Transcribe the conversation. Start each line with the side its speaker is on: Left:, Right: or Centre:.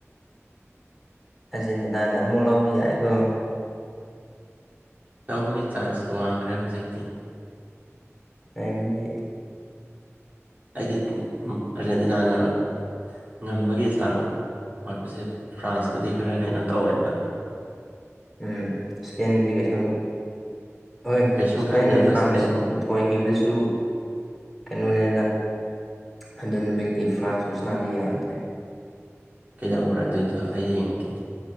Centre: ꯑꯥꯔꯖꯦꯟꯇꯤꯅꯥꯅ ꯑꯃꯨꯛ ꯂꯧꯕ ꯌꯥꯏꯀꯣ
Right: ꯇꯧꯕꯒꯤ ꯆꯥꯟꯁꯁꯨ ꯋꯥꯡꯈ꯭ꯔꯦ ꯍꯧꯖꯤꯛꯇꯤ
Centre: ꯑꯦꯟꯗꯤ
Right: ꯑꯩꯗꯤ ꯑꯥꯔꯖꯦꯟꯇꯤꯅꯥꯅ ꯉꯝꯕꯒꯤ ꯆꯥꯡ ꯋꯥꯠꯄꯁꯦ ꯐ꯭ꯔꯥꯟꯁꯄꯨꯗꯤ ꯈꯔ ꯀꯩꯅꯣ ꯇꯧꯋꯦꯕ
Centre: ꯎꯝ ꯏꯁꯄꯦꯟꯗꯤ ꯀꯩꯁꯨ ꯍꯣꯏ ꯏꯁꯄꯦꯟꯅ
Right: ꯀꯩꯁꯨꯝ ꯈꯟꯗꯦꯕ
Centre: ꯐ꯭ꯔꯥꯟꯁ
Right: ꯏꯁꯄꯦꯟꯕꯨꯗꯤ
Centre: ꯍꯣꯏ ꯍꯅꯁꯨ ꯀꯩꯅꯣꯅꯤꯗ ꯑꯗꯨ ꯅꯨꯃꯤꯠꯀꯤ ꯐ꯭ꯔꯥꯟꯁ ꯔꯨꯁꯅꯥꯗꯨ ꯌꯥꯗ꯭ꯔꯦ
Right: ꯀꯩꯗꯧꯕ꯭ꯔ ꯑꯗꯨꯏꯗꯣ ꯑꯩ ꯌꯦꯡꯒꯦ